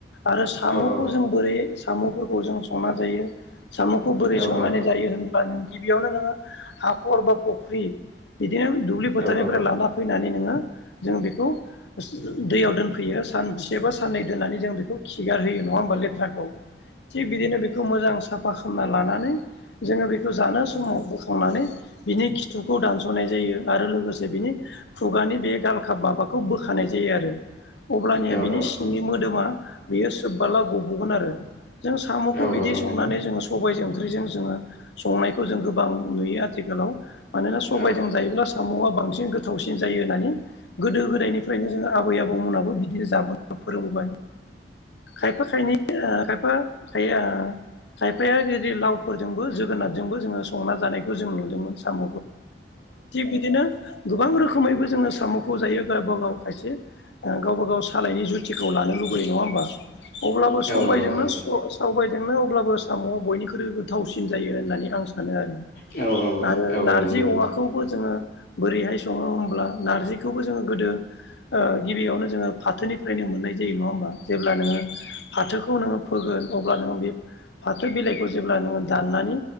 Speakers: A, on the left (about 80°); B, on the left (about 65°).
A: आरो साम'खौ
B: औ औ
A: जों बोरै साम' जों संना जायो। साम'खौ बोरै
B: औ
A: संनानै
B: औ
A: जायो होमबा जों गिबियावनो नो हाख'र बा फख्रि बिदिनो दुब्लि फोथारनिफ्राय
B: औ औ
A: लाना फैनानै नोङो जों बेखौ दैयाव दोनफैयो सानसे बा साननै दोननानै जों बेखौ खिगारहोयो। नङा होनबा लथ्राखौ थिकबिदिनो बेखौ मोजां साफा खालामामना लानानै जोङो बेखौ जानो समाव बोखांनानै बिनि खिथु खौ दानस'नाय जायो आरो लोगोसे बिनि खुगानि बे गालखाब माबाखौ बोखानाय जायो आरो अब्लानिया
B: औ
A: बिनि
B: औ
A: सिंनि मोदोमा बियो सोबबला ग'बोगोन आरो जों साम'खौ
B: औ
A: बिदि
B: औ
A: संनानै
B: नंगौ
A: जोङो सबायजों ओंख्रिजों जोङो संनायखौ जों गोबां नुयो आथिखालाव मानोना सबायजों
B: औ
A: जायोब्ला साम'आ बांसिन गो थावसिन जायो होन्नानै गोदो-गोदायनिफ्रायनो जों आबै-आबौमोनहाबो बिदिनो जाबो ना फोरोंबोबाय खायफा खायनै ओ खायफा जाया खायफाया जदि लावफोरजोंबो जो गोनारजों बो संना जानायखौ जों नुदों साम बिदिनो गोबां रोखो खोमैबो जोङो साम'खौ जायो गावब गाव खायसे ओ गावबा गाव सालायनि जुथिखौ लानो लुबगैयो नङा होमबा? अब्लाबो
B: औ
A: समायजोंनो
B: औ नंगौ
A: सबायजोंनो अब्लाबो साम'आ बयनिख्रुइ गोथावसिन जायो होननानै आं सानो आरो
B: औ औ
A: आरो
B: औ
A: नारजि
B: औ नंगौ नंगौ
A: अमाखौबो जोङो बोरैहाय सङो होमब्ला नारजिखौबो जोङो गोदो गिबियावनो जोङो फाथोनिफ्रायनो मोन नाय जायो नङा हा जेब्ला नोङो फाथोखौ नोङो फोगोन अब्ला नोङो बे फाथो बिलाइखौ जेब्ला नोङो दाननानै